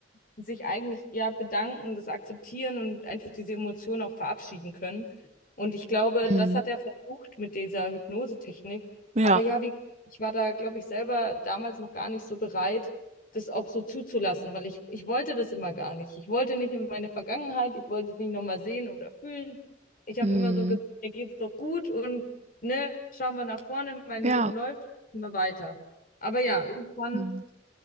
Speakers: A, on the left; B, on the right.
A: sich eigentlich ja bedanken, das akzeptieren und einfach diese Emotionen auch verabschieden können. Und ich glaube,
B: Mhm.
A: das hat er versucht mit dieser Hypnosetechnik.
B: Ja.
A: Aber ja, wie, ich war da, glaube ich, selber damals noch gar nicht so bereit, das auch so zuzulassen, weil ich, ich wollte das immer gar nicht. Ich wollte nicht in meine Vergangenheit, ich wollte es nicht nochmal sehen oder fühlen. Ich habe
B: Hm.
A: immer so gesagt, mir geht's doch gut und ne, schauen wir nach vorne, mein
B: Ja.
A: Leben läuft immer weiter. Aber ja, irgendwann,
B: Hm.